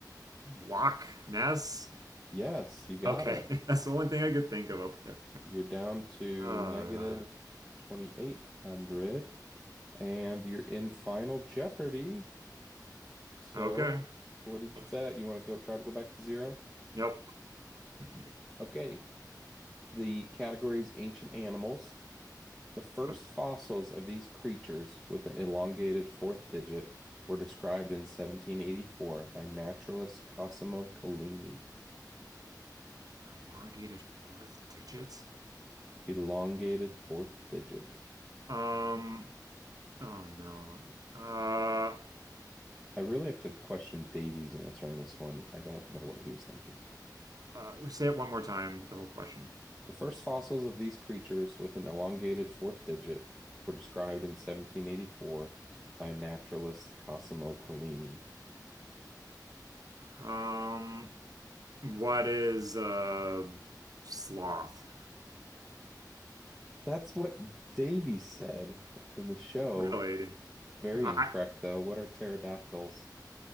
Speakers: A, on the right; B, in the centre.
A: Loch Ness?
B: Yes, you got
A: Okay,
B: it.
A: <laughs> that's the only thing I could think of up there.
B: You're down to
A: Uh,
B: negative 2,800, and you're in Final Jeopardy. So,
A: okay.
B: what did
A: That's
B: you bet? You want to go try to go back to zero?
A: yep. <laughs>
B: Okay. The category is ancient animals. The first
A: Okay.
B: fossils of these creatures with an elongated fourth digit were described in 1784 by naturalist Cosimo Collini.
A: Elongated fourth digits.
B: Elongated fourth digit.
A: Um. Oh no. Uh.
B: I really have to question Davy's answer on this one. I don't know what he was thinking.
A: Uh. Say it one more time. The whole question.
B: The first fossils of these creatures with an elongated fourth digit were described in 1784 by naturalist Cosimo Collini.
A: Um, what is uh sloth?
B: That's what Davy said in the show.
A: Really?
B: Very
A: I,
B: incorrect,
A: I
B: though. What are pterodactyls?